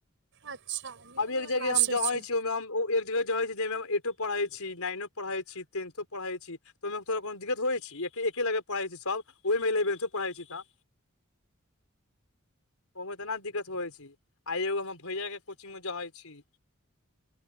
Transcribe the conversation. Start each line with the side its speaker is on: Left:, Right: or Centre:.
Right: अच्छा निमन
Left: अभी
Right: निमन
Left: एक जगह
Right: मास्टर
Left: हम जहै
Right: छै
Left: छी ओहिमे हम ओ एक जगह जै छै जाहिमे हम अइटो पढ़ाई छी नाइनो पढ़ाई छी टेन्थो पढ़ाई छी तऽ ओहिमे तोरा कोनो दिक्कत होइ छै एके - एके लगे पढ़ै छै सब ओहिमे इलेवेन्थो पढ़ैइ छी तऽ ओमे एतेना दिक्कत होइ छै आइ एगो हमर भैया केँ कोचिंग मे जैहे छी